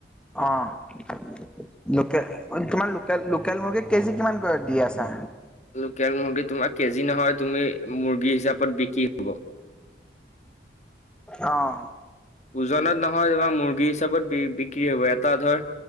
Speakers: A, in the centre; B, on the left.
A: অ', লোকে তোমাৰ লো লোকেল, লোকেল মুৰ্গী কেজি কিমানকৈ দি আছা?
B: লোকেল মুৰ্গী তোমাৰ কেজি নহয়। তুমি মুৰ্গী হিচাপত বিক্ৰী। হ'ব
A: অঁ'।
B: ওজনত নহয়, তোমাৰ মুৰ্গী হিচাপত বিক্ৰী হ'ব। এটা ধৰ